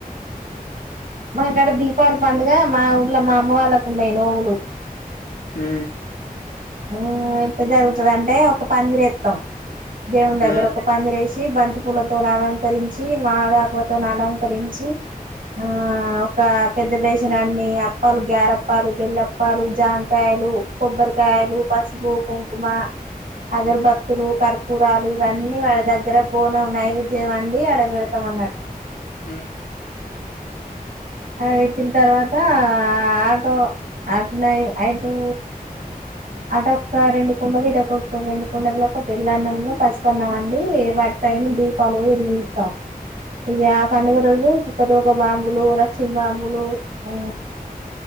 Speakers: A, on the right; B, on the left.
A: మాకాడ దీపాలి పండుగ మా ఊళ్ళో మా అమ్మ వాళ్ళకి ఉన్నయి నోములు.
B: మ్మ్
A: మ్ ఎట్ట జరుగుతది అంటే ఒక పందిరేత్తం దేవుని దగ్గర
B: హ్మ్
A: ఒక పందిరేసి బంతి పూలతోని అలంకరించి మామిడాకుల తోని అలంకరించి ఆ ఒక పెద్ద బేషన్ అన్ని అప్పాలు, గారేప్పాలు, బెల్లప్పాలు, జాంకాయలు కొబ్బరికాయలు, పసుపు, కుంకుమా అగరబత్తులు, యకర్పూరాలు ఇవన్నీ వాళ్ళ దగ్గర బొనం నైవేద్యం అండి ఆడ వెడత్ తమన్నారు
B: హ్మ్
A: అడ వెట్టిన తర్వాత ఆటో ఆట్ నై నైటూ అటొక్క రెండు కుండలు ఇటుకొక్క రెండు కుండలు ఒక తెల్లన్నం అన్నూ పసుపన్నం అండి వం పైన దీపాలు వెలిగిస్తాం ఇగ పండుగ రోజు కుక్కతోక బాంబులు ల చ్చిం బాంబులు ఊ